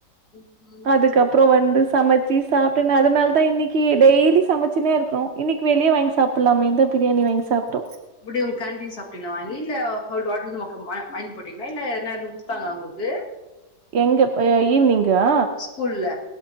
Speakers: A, on the left; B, on the right.
A: ம்
B: அதுக்கப் ப்றோ வந்து சமச்சி சாப்ட்டு நா அதனால்தா இன்னிக்கி டெய்லி சமச்சுனே இருக்றோ இன்னிக் வெளிய வாய்ங் சாப்புல்லாமேன்தா பிரியாணி வாய்ங் சாப்ட்டோ
A: அப்டி உங்க கேன்டீன் சாப்ட்டீங்ளா வாங்கி இல்ல <unintelligible> வாய்ங் போட்டீங்ளா இல்ல என்னா எதும் குடுத் தாங்ளா உங்ளுக்கு
B: எங்கப் அ ஈவுனிங்கா
A: ஸ்கூல்ல